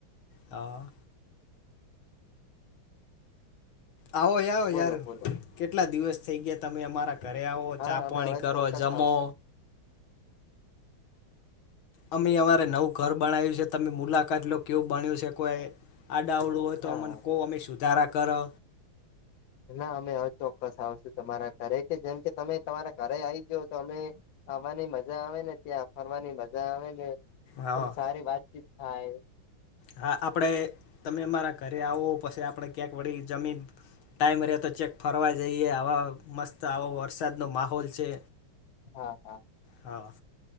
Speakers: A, on the left; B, on the left.
A: હા આવો આવો
B: બોલો
A: યાર,
B: બોલો
A: કેટલા દિવસ થઈ ગયા, તમે અમારા ઘ આવો
B: હા
A: ચાપ
B: અમે
A: પાણી
B: હવે
A: કરો
B: ચોક્કસ
A: જમો.
B: આવશું
A: અમે અમારે નવું ઘર બનાવ્યું છે, તમે મુલાકાત લો કેવું બણ્યું છે, કોય આ ડાવડું હોય તો
B: હા
A: અમને કોહ અમે સુધારા કરો.
B: ના અમે હવે ચોક્કસ આવશું તમારા ઘરે કે જેમ કે તમે તમારા ઘરે આવી જા તો અમે ખાવાની મજા આવે ને ત્યાં ફરવાની મજા આવે ને
A: હા.
B: આમ સારી વાતચીત થાય.
A: હા આપણેે તમે મારા ઘરે આવો પછી આપણેે ક્યાંક વળી જમીન ટાઇમ રેય તો ચેક ફરવા જઈએ આવા મસ્ત આવો વરસાદનો માહોલ છે.
B: હા હા.
A: હા.